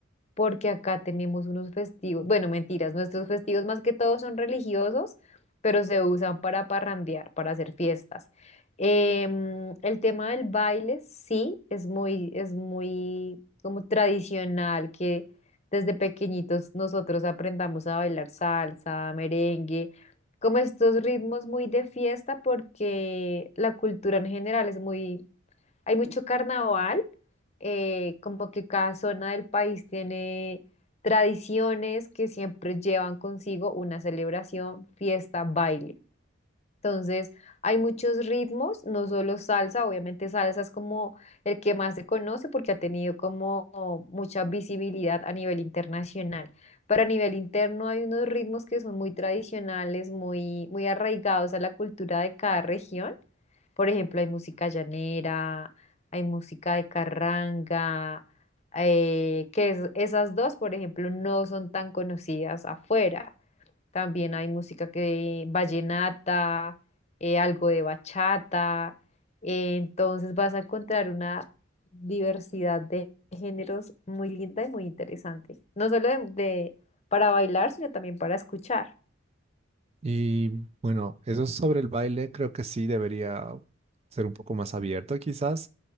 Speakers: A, on the left (about 30°); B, on the right (about 30°).
A: porque acá tenemos unos festivos, bueno, mentiras, nuestros festivos más que todo son religiosos, pero se usan para parrandear, para hacer fiestas. Em, el tema del baile sí es muy, es muy como tradicional que desde pequeñitos nosotros aprendamos a bailar salsa, merengue, como estos ritmos muy de fiesta porque la cultura en general es muy hay mucho carnaval, eh, como que cada zona del país tiene tradiciones que siempre llevan consigo una celebración, fiesta, baile. Entonces, hay muchos ritmos, no solo salsa, obviamente salsa es como el que más se conoce porque ha tenido como mucha visibilidad a nivel internacional. Pero a nivel interno hay unos ritmos que son muy tradicionales, muy, muy arraigados a la cultura de cada región. Por ejemplo, hay música llanera, hay música de carranga, eh, que es- esas dos, por ejemplo, no son tan conocidas afuera. También hay música que vallenata, eh, algo de bachata. eh, entonces vas a encontrar una diversidad de géneros muy linda y muy interesante. No solo de, de- para bailar, sino también para escuchar.
B: Y bueno, eso sobre el baile creo que sí debería ser un poco más abierto quizás,